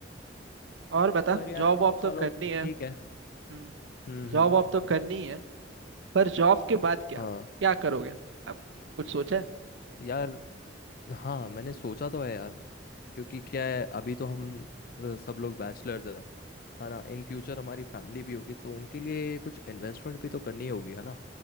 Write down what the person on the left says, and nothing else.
पर यार
चलो
ठीक है
हम्म
हम्म
हाँ
यार हाँ मैंने सोचा तो है यार क्योंकि क्या है अभी तो हम अ, सब लोग बैचलर्स हैं है ना इन फ्यूचर हमारी फैमिली भी होगी तो उनके लिए कुछ इन्वेस्टमेंट भी तो करनी होगी है ना